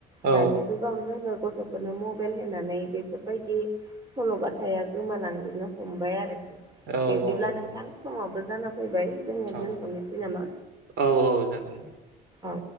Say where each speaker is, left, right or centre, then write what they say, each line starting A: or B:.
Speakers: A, on the right (about 70°); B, on the right (about 25°).
A: औ
B: दानि जुगाव जोङो गथ'फोरनो मबाइल होनानै बेफोरबायदि सल'बाथाया गोमालांजोबनो हमबाय आरोखि
A: औ
B: बिदिब्ला
A: औ नंगौ
B: नोंथां समावबो जाना फैबाय जोङो
A: औ
B: दोनथ'नोसै नामा
A: औ औ जागोन
B: औ